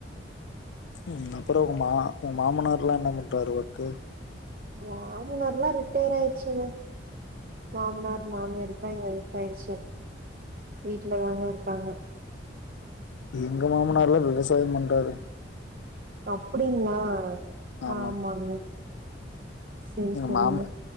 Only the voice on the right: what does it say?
மாமனார்லா ரிட்டையராய்ச்சுங்க மாம்னார் மாமியார் இப்ப எங்க பெயிர்ச்சி வீட்ல தாங்க இருப்பாங்க
அப்புடிங்ளா
ஆமாங்க சேரி
செரிங்க